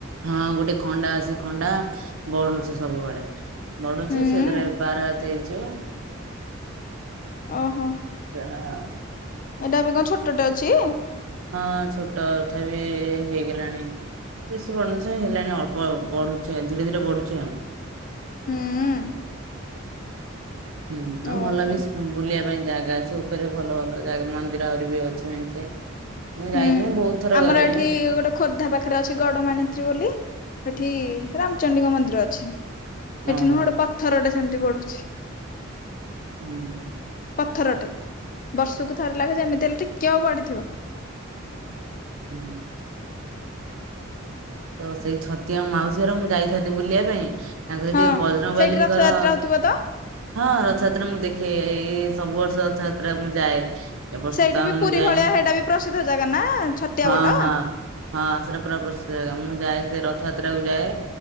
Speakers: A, on the right (about 80°); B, on the left (about 40°).
A: ହଁ ଗୋଟେ ଖଣ୍ଡା ସେ ଖଣ୍ଡା ବଢୁଚି ସବୁବେଳେ। ବଢିଚି
B: ହୁଁ
A: ସେ ଯେତଳେ ବାର ହାତେ ହେଇଯିବ
B: ଓହୋ।
A: ଆଛା ହଁ।
B: ଏଇଟା ଏବେ କଣ ଛୋଟଟେ ଅଛି?
A: ହଁ ଛୋଟ ତଥାପି ହେଇଗଲାଣି। ବେଶୀ ବଢୁନି ସେ ହେଲାଣି ଅଳ୍ପ ବଢୁଚି ଆ ଧୀରେ ଧୀରେ ବଢୁଚି ଆଁ।
B: ହଁ।
A: ହୁଁ ଆଉ
B: ଓହୋ
A: ଭଲ ବିସ୍ ହୁଁ ବୁଲିବା ପାଇଁ ଜାଗା ଅଛି ଉପରେ ଭଲ ଭଲ ଜାଗା ମନ୍ଦିର ଆହୁରି ବି ଅଛି ମେଞ୍ଚେ। ମୁଁ ଯାଇନି
B: ହୁଁ
A: ମୁଁ ବହୁତ ଥର
B: ଆମର
A: ଗଲିଣି
B: ଏଠି ଗୋଟେ ଖୋର୍ଦ୍ଧା ପାଖରେ ଅଛି ଗଡମାଣିତ୍ରୀ ବୋଲି ହେଠି ରାମଚଣ୍ଡୀଙ୍କ ମନ୍ଦିର ଅଛି। ହେଠି
A: ଓହୋ
B: ନୁହଁ ଗୋଟେ ପଥରଟେ ସେମତି ବଢୁଛି।
A: ହୁଁ ହୁଁ ହୁଁ।
B: ପଥରଟେ ବର୍ଷକୁ ଥରେ ଲାଖେ ଯେମିତି ହେଲେ ଟିକେ ହୋଉ ବାଢିଥିବ।
A: ହୁଁ ହୁଁ। ତ ସେଇ ଛତିଆ ମୋ ମାଉସୀ ଘର ମୁଁ ଯାଇଥାନ୍ତି ବୁଲିବା ପାଇଁ ତାଙ୍କ ହେଠି
B: ହଁ।
A: ବଜରଙ୍ଗବାଲିଙ୍କର
B: ସେଇଠି ରଥଯାତ୍ରା ହଉଥିବ ତ
A: ହଁ ରଥଯାତ୍ରା ମୁଁ ଦେଖେ ଏଇ ସବୁ ବର୍ଷ ରଥଯାତ୍ରାକୁ ମୁଁ ଯାଏ। ଏ ବର୍ଷ
B: ସେଇଠି
A: ତ ଆଉ
B: ବି
A: ମୁଁ
B: ପୁରୀ
A: ଯାଇନି
B: ଭଳିଆ ହେଟା ବି ପ୍ରସିଦ୍ଧ ଜାଗା ନା ଛତିଆ
A: ହଁ
B: ବଟ।
A: ହଁ ହଁ ସେଟା ପୁରା ପ୍ରସ୍ତୁତ ଜାଗା ମୁଁ ଯାଏ ସେ ରଥଯାତ୍ରାକୁ ଯାଏ